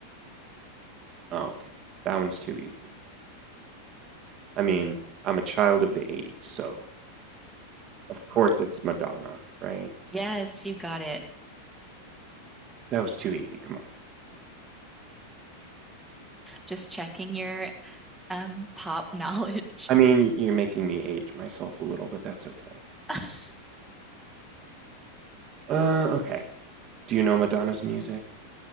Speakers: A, on the right (about 30°); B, in the centre.
A: Oh, okay. That one's too easy. I mean, I'm a child of the 80s, so of course it's Madonna, right?
B: Yes, you got it.
A: That was too easy. Come on.
B: Just checking your um pop knowledge.
A: I mean, you're making me age myself a little, but that's okay.
B: <laughs>
A: Uh, okay. Do you know Madonna's music?